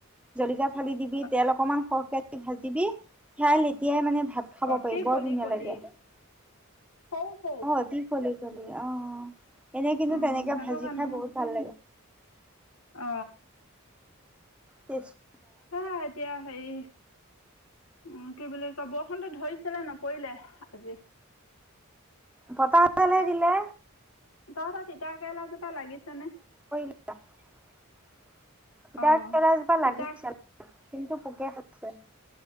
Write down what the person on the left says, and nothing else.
অ
অতি
কলি
কলি
সৰু সৰু
অ
সেইটো
কাৰণেহে
অ
হয় এতিয়া হেৰি উম কি বুলি কয় বৰষুণটো ধৰিছিলে নপৰিলে আজি
দহটা তিন তিতাকেৰেলা জোপা লাগিছে নে?
অ
তিতা